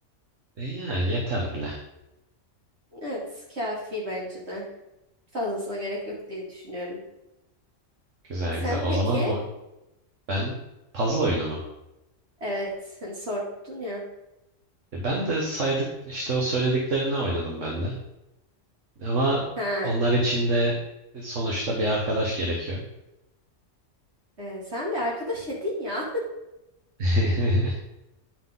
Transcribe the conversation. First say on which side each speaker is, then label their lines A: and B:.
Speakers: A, on the right; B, on the right.
A: E ya yeter bile.
B: Evet, kafi bence de. Fazlasına gerek yok diye düşünüyorum.
A: Güzel
B: Sen
A: güzel. O
B: peki?
A: zaman o, ben puzzle oyunu mu?
B: Evet, hani sordun ya.
A: E, ben de saydık işte o söylediklerini oynadım ben de. Ama
B: Ha,
A: onlar için de sonuçta bir arkadaş gerekiyor.
B: e, sen bir arkadaş edin ya.
A: <laughs>